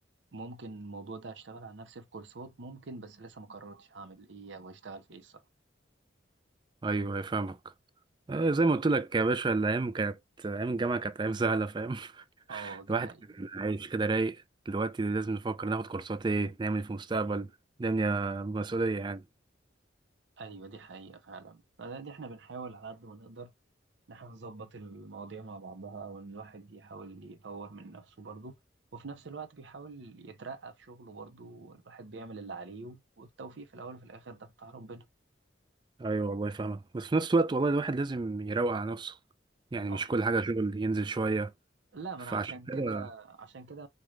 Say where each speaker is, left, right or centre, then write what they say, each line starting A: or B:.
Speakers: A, on the right; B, on the right.
A: ممكن الموضوع ده اشتغل على نفسي في كورسات ممكن بس لسه ما قررتش هعمل ايه او اشتغل في ايه الصراحة
B: ايوه ايوه فاهمك آه، زي ما قلت لك يا باشا الايام كانت ايام الجامعه كانت ايام سهله فاهم
A: اه
B: <laughs>
A: دي
B: الواحد
A: حقيقة
B: كان عايش كده رايق دلوقتي لازم نفكر ناخد كورسات ايه نعمل إيه في المستقبل الدنيا مسؤوليه يعني
A: ايوه دي حقيقة فعلا فده- دي احنا بنحاول على قد ما نقدر ان احنا نظبط المواضيع مع بعضها او ان الواحد يحاول يطور من نفسه برضه وفي نفس الوقت بيحاول يترقى في شغله برضه الواحد بيعمل اللي عليه والتوفيق في الاول وفي الاخر ده بتاع ربنا
B: ايوه والله فاهمك بس في نفس الوقت والله الواحد لازم يروق على نفسه يعني
A: اه
B: مش كل حاجه شغل ينزل شويه
A: لا ما
B: فعشان
A: انا عشان
B: كده
A: كده عشان كده